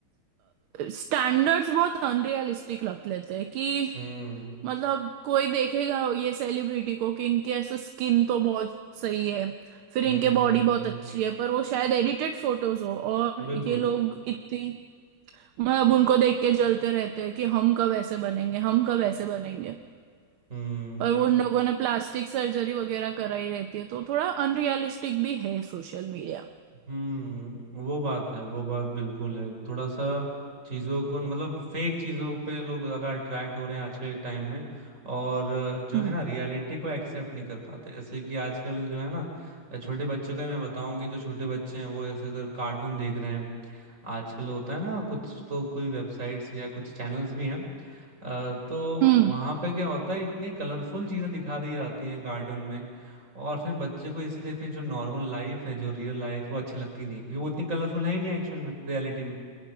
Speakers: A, on the right; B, on the right.
A: स्टैंडर्ड्स बहुत अनरियलिस्टिक रख लेते हैं कि
B: हम्म
A: मतलब कोई देखेगा ये सेलिब्रिटी को कि इनके ऐसा स्किन तो बहुत सही है फिर इनके
B: हम्म हम्म
A: बॉडी बहुत
B: हम्म,
A: अच्छी है पर वो शायद एडिटेड फोटोज हो और
B: बिल्कुल
A: ये लोग इतनी मतलब उनको देख के जलते रहते हैं कि हम कब ऐसे बनेंगे हम कब ऐसे बनेंगे
B: हम्म
A: और वो उन लोगों ने प्लास्टिक सर्जरी वगैरह कराई रहती है तो थोड़ा अनरियलिस्टिक भी है सोशल मीडिया
B: हम्म वो बात है वो बात बिल्कुल है थोड़ा सा चीजों को मतलब फेक चीजों पे लोग ज्यादा अट्रैक्ट हो रहे हैं आज के टाइम में और अ, जो
A: हम्म
B: है ना रियलिटी को एक्सेप्ट नहीं कर पाते जैसे कि आजकल जो है ना छोटे बच्चों का ही मैं बताऊं कि जो छोटे बच्चे हैं वो ऐसे अगर कार्टून देख रहे हैं आजकल होता है ना कुछ तो कोई वेबसाइट्स या कुछ चैनल्स भी हैं अ, तो
A: हम्म
B: वहां पे क्या होता है इतने कलरफुल चीजें दिखा दी जाती हैं कार्टून में और फिर बच्चे को इसलिए फिर जो नॉर्मल लाइफ है जो रियल लाइफ वो अच्छी लगती नहीं क्योंकि वो इतनी कलरफुल है ही नहीं एक्चुअल में रियलिटी में